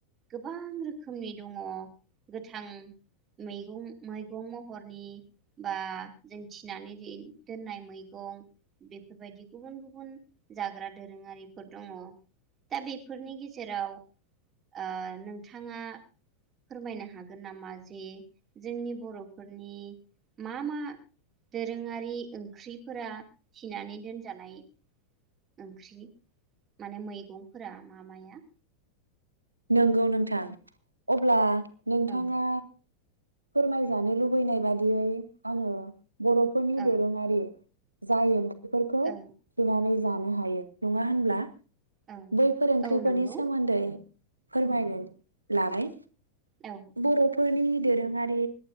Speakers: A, on the right; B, on the right.
A: गोबां रोखोमनि दङ गोथां मैगं मैगं महरनि बा जों थिनानै दिन दोननाय मै गं बेफोरबायदि गुबुन गुबुन जाग्रा दोरोङारिफोर दङ दा बेफोरनि गेजेराव ओ नोंथाङा फोरमायनो हागोन नामा जे जोंनि बर'फोरनि मा मा दोरोङारि ओंख्रि फोरा थिनानै दोनजानाय ओंख्रि माने मैगंफोरा मा माया
B: नोंगौ नोंथां अब्ला नोंथाङा
A: औ
B: फोरमायजानो लुबैनाय बादियै आङो बर'फोरनि
A: औ
B: दोरोङारि जाय ओं ख्रिफोरखो
A: औ
B: थिनानै जानो हायो नङा होनब्ला।
A: औ
B: बैफोर ओंख्रिफोरनि
A: औ नंगौ
B: सोमोन्दै फोरमायनो लाबाय
A: औ
B: बर' फोरनि दोरोङारि